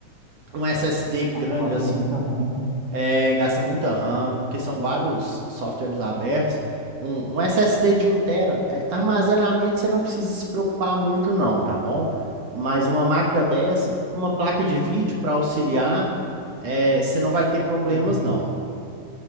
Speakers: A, on the right; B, on the right.
A: um SSD grande
B: Rapaz,
A: assim,
B: é muita RAM. hein?
A: é, gasta muita RAM, porque são vários softwares abertos. Um, um SSD de um tera é, armazenamento você não precisa se preocupar muito não, tá bom? Mas uma máquina dessa, com uma placa de vídeo para auxiliar, é, você não vai ter problemas
B: É. é.
A: não.